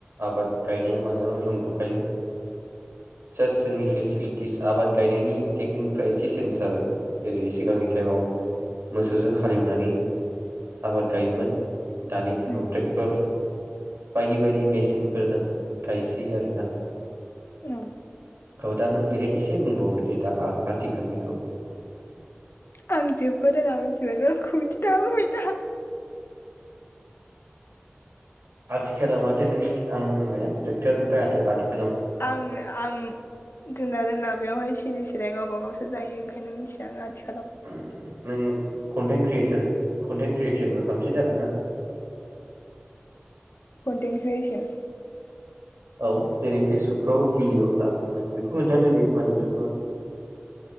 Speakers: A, on the right; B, on the left.
A: आबाद गायनाय मानायावनो दंथखायो। जासट जोंनि फेसिलिटिस आबाद गायनायनि टेकनिकफ्रा एसे सेन्ज जाबाय जेरै सिगांनि टाइमाव मोसौजों हालेवनानै आबाद गायोमोन। दानि टाइमाव
B: उम
A: ट्रेक्टर बायदि बायदि मेचिनफोरजों गायसै आरोना।
B: औ
A: औ दा नों बेहाय एसे बुंबावदो दे दा आथिखालनिखौ।
B: आं जेबो रोङा मिथिबायनो आं खौबिदि दा बुंबायथा ।
A: आथिखालाव माथो नों आं होनबायना ट्रेक्टर ओमफ्राय आथो-आथो
B: आं आं दोननादोंना बेवहाय सिरि बिराय गावब गावसो जायो ओंखायनो मिथिआ आथि
A: ओम नों कन्टेन क्रियेस कन्टेन क्रियेसनबो खालामसै दा दाना।
B: Content creation.
A: औ जेरै फेसबुकफ्रावबो भिडिअ ला। बेखौ <unintelligible>